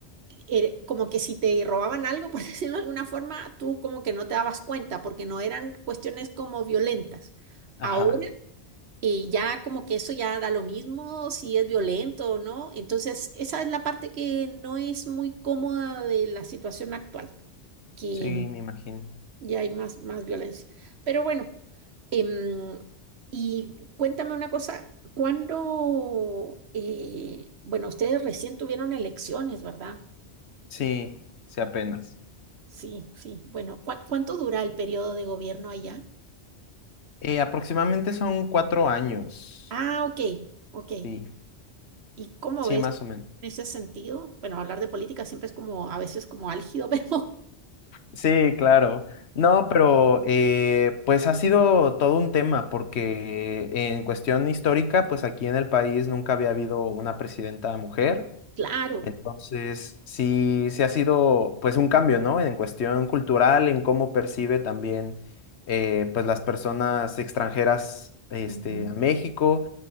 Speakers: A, on the right; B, on the left.
A: era como que si te robaban algo, <laughs> por decirlo de alguna forma, tú como que no te dabas cuenta porque no eran cuestiones como violentas.
B: Ajá,
A: Ahora, eh, ya como que eso ya da lo mismo si es violento o no. Entonces, esa es la parte que no es muy cómoda de la situación actual, que
B: sí, me imagino.
A: y hay más, más violencia. Pero bueno, em, y cuéntame una cosa, ¿cuándo, eh, bueno, ustedes recién tuvieron elecciones, ¿verdad?
B: Sí, sí, apenas.
A: Sí, sí, bueno, ¿cuá- ¿cuánto dura el periodo de gobierno allá?
B: Eh, aproximadamente son cuatro años.
A: Ah, ok, ok.
B: Sí,
A: ¿Y cómo
B: sí,
A: ves
B: más o menos.
A: en ese sentido? Bueno, hablar de política siempre es como, a veces como álgido, <laughs> pero
B: Sí, claro. No, pero eh, pues ha sido todo un tema porque en cuestión histórica, pues aquí en el país nunca había habido una presidenta mujer.
A: claro.
B: Entonces, sí, sí ha sido pues un cambio, ¿no? En cuestión cultural, en cómo percibe también eh, pues las personas extranjeras este,
A: Ujú.
B: a México.